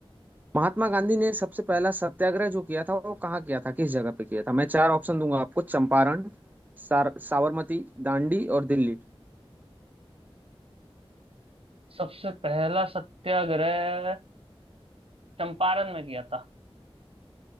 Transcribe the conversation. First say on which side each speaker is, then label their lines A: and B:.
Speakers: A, on the right (about 15°); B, on the right (about 70°).
A: महात्मा गांधी ने सबसे पहला सत्याग्रह जो किया था वो कहाँ किया था किस जगह पे किया था मैं चार ऑप्शन दूंगा आपको चंपारण सार, साबरमती दांडी और दिल्ली
B: सबसे पहला सत्याग्रह चंपारण में किया था